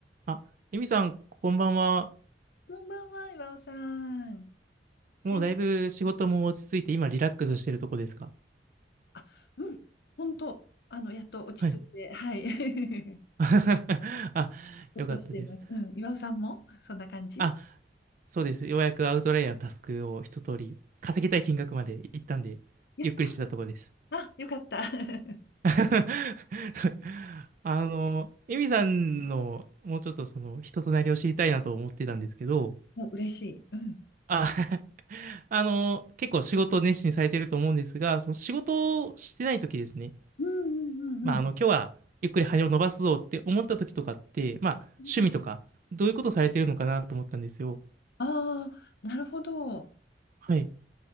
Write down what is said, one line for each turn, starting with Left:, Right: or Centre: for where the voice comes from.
Right: あ、エミさん、こんばんは。
Left: こんばんは、岩尾さん。
Right: もうだいぶ仕事も落ち着いて、
Left: 元気、
Right: 今リラックスしてるとこですか
Left: あ、うん、本当、あの、やっと落ち着いて、
Right: はい。
Left: はい。<laughs>
Right: <laughs> あ、
Left: ほっとしています。
Right: よかったです。
Left: うん、岩尾さんもそんな感じ
Right: あ、そうです。ようやくアウトライヤーのタスクを一通り、稼ぎたい金額まで行ったんで、
Left: やった
Right: ゆっくりしてたとこです。
Left: あ、よかった。<laughs>
Right: <laughs> あの、エミさんの、もうちょっとその、人となりを知りたいなと思ってたんですけど、
Left: もう嬉しい。うん。
Right: あ、<laughs> あの、結構仕事を熱心にされてると思うんですが、その仕事をしてない時ですね。
Left: うんうんうんうん。
Right: まあ、あの、今日はゆっくり羽を伸ばすぞって思った時とかって、まあ、
Left: うん
Right: 趣味とか、どういうことされてるのかなと思ったんですよ。
Left: ああー、なるほど。
Right: はい。